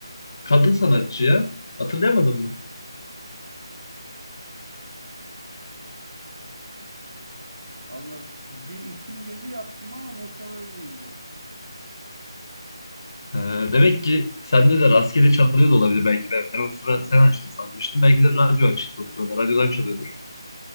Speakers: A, on the left; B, on the right.
A: Kadın sanatçıya hatırlayamadın mı?
B: Allah bir isim geliyor aklıma ama muhtemelen değildir.
A: Ha, demek ki sende de rastgele çalıyor da olabilir belki. Ben o sıra sen açtın sanmıştım. Belki de radyo açıktı o sırada. Radyodan çalıyordur.